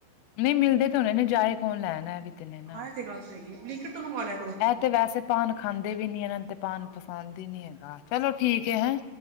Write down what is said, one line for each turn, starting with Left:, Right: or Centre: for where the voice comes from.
Left: ਨਈ ਮਿਲਦੇ ਤੇ ਹੋਣੇ ਨੇ ਜਾਏ ਕੌਣ ਲੈਣ ਐ ਵੀ ਤੇ ਨੇਨਾ।
Right: ਹਾਂ ਇਹ ਤੇ ਗੱਲ ਸਹੀ ਹੈ ਬਲਿੰਕਟ ਤੋਂ ਮੰਗਵਾ ਲਿਆ ਕਰੋ
Left: ਐ ਤੇ ਵੈਸੇ ਪਾਨ ਖਾਂਦੇ ਵੀ ਨੀ ਏਨਾਂ ਨ ਤੇ ਪਾਨ
Right: ਹਾਂ
Left: ਪਸੰਦ ਈ ਨੀ ਹੈਗਾ। ਚਲੋ ਠੀਕ ਐ ਹੈਂ।